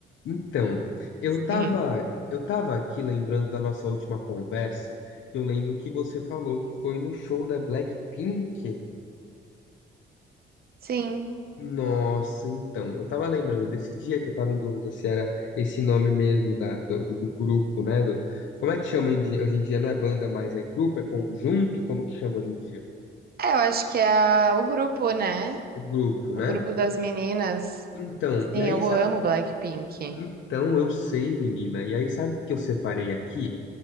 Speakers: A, on the left (about 70°); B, on the right (about 50°).
A: Então, eu tava...
B: Sim.
A: Eu tava aqui lembrando da nossa última conversa, que eu lembro que você falou que foi no show da Blackpink.
B: Sim.
A: Nossa, então, eu tava lembrando desse dia que eu tava em dúvida se era esse nome mesmo da, do, do- do grupo, né? Do, como é que chama em di- hoje em dia? Não é banda mais, é grupo, é conjunto? Como que chama hoje em dia?
B: É, eu acho que é o grupo, né?
A: O grupo, né?
B: O grupo das meninas.
A: Então,
B: Sim,
A: e aí
B: eu
A: sabe?
B: amo Blackpink.
A: Então, eu sei, menina. E aí sabe o que eu separei aqui?